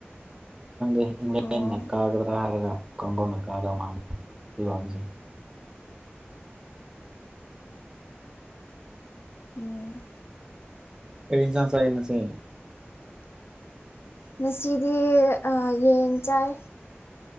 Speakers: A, on the right (about 20°); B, on the left (about 70°).
A: ꯈꯪꯗꯦ ꯏꯪꯂꯦꯟꯅ
B: ꯑꯣ
A: ꯀꯥꯒ꯭ꯔꯗꯥ ꯍꯥꯏꯔꯒ ꯀꯣꯡꯒꯣꯅ ꯀꯥꯗꯣ ꯃꯥꯥꯜꯂꯦ <unintelligible>
B: ꯎꯝ
A: ꯀꯔꯤ ꯏꯟꯖꯥꯡ ꯆꯥꯏꯌꯦ ꯉꯁꯤ
B: ꯉꯁꯤꯗꯤ ꯑ ꯌꯦꯟ ꯆꯥꯏ